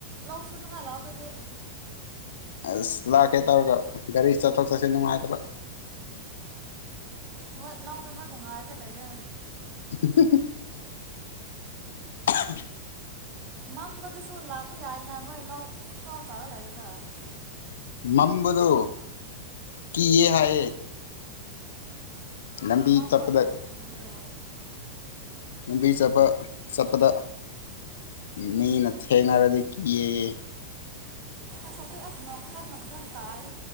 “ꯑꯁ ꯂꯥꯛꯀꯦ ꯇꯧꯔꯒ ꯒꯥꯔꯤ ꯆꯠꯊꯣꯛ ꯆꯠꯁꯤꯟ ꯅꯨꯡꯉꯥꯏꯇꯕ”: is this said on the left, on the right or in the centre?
Left